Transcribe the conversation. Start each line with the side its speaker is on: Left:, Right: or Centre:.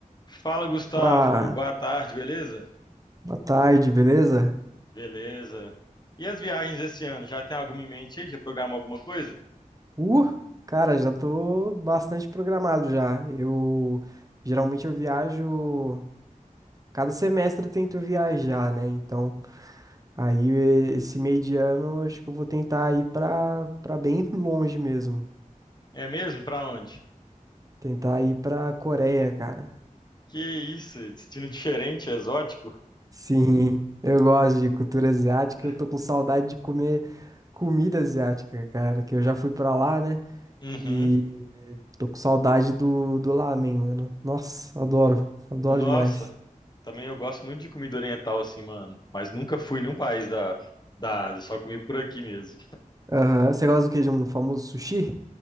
Left: Fala, Gustavo.
Right: Opa,
Left: Boa tarde, beleza?
Right: boa tarde, beleza?
Left: Beleza. E as viagens esse ano? Já tem alguma em mente aí? Já programou alguma coisa?
Right: Uh, cara, já tô bastante programado já. Eu geralmente eu viajo, cada semestre eu tento viajar, né? Então, aí esse meio de ano eu acho que eu vou tentar ir pra, pra bem longe mesmo.
Left: É mesmo? Pra onde?
Right: Tentar ir pra Coreia, cara.
Left: Que isso? Destino diferente, exótico?
Right: Sim, eu gosto de cultura asiática,
Left: <laughs>
Right: eu tô com saudade de comer comida asiática, cara, que eu já fui pra lá, né?
Left: Uhum.
Right: E tô com saudade do, do lamen, mano. Nossa, adoro. Adoro
Left: Nossa.
Right: demais.
Left: Também eu gosto muito de comida oriental assim, mano. Mas nunca fui em nenhum país da, da Ásia. Só comi por aqui mesmo.
Right: Aham, Você gosta do que? De um famoso sushi?